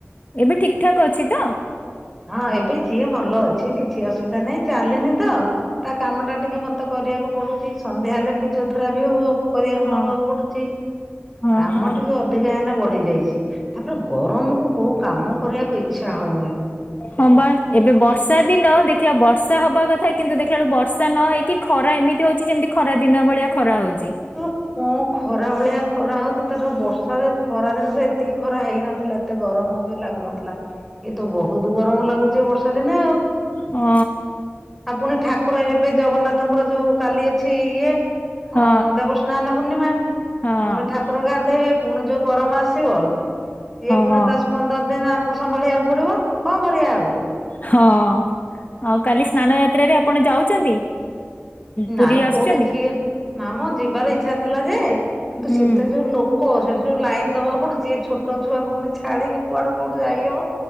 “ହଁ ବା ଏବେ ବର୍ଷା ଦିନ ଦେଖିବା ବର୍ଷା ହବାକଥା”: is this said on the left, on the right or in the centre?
Left